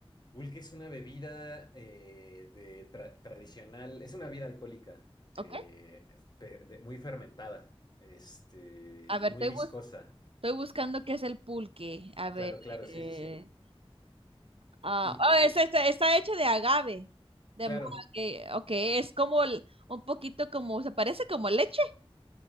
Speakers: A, on the left; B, on the right.
A: Pulque es una bebida eh, de tra- tradicional, es una bebida alcohólica, eh,
B: Ok.
A: fe- de- muy fermentada, este,
B: A
A: y
B: ver,
A: muy
B: estoy
A: viscosa.
B: Estoy buscando qué es el pulque. A ver.
A: Claro, claro,
B: eh,
A: sí, sí, sí.
B: ah,
A: Y
B: oh,
A: eh,
B: es- está, está hecho de agave. De,
A: claro,
B: ma- que- ok, es como el- un poquito como, se parece como leche.